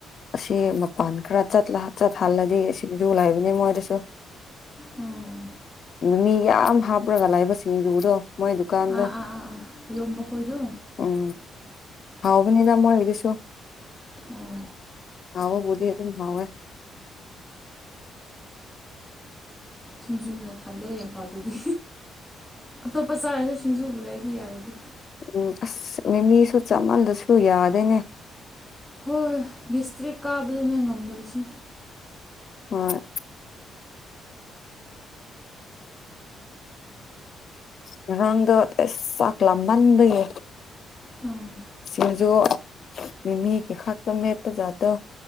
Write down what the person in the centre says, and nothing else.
ꯑꯣ ꯑꯣ
ꯑꯥ ꯑꯥ ꯑꯥ ꯑꯥ ꯌꯣꯟꯕ ꯈꯣꯏꯗꯣ
ꯑꯣ
ꯁꯤꯡꯖꯨꯅ ꯊꯜꯂꯦ ꯐꯥꯎꯗꯗꯤ ꯑꯇꯣꯞꯄ ꯆꯥꯔꯁꯨ ꯁꯤꯡꯖꯨ ꯎꯕ ꯂꯩꯗꯤ ꯌꯥꯔꯗꯤ
ꯍꯣꯏ ꯍꯣꯏ ꯒꯤꯁꯇ꯭ꯔꯤ ꯀꯥꯕꯗꯨꯅ ꯉꯝꯗꯕꯕꯁꯤ
ꯑꯥ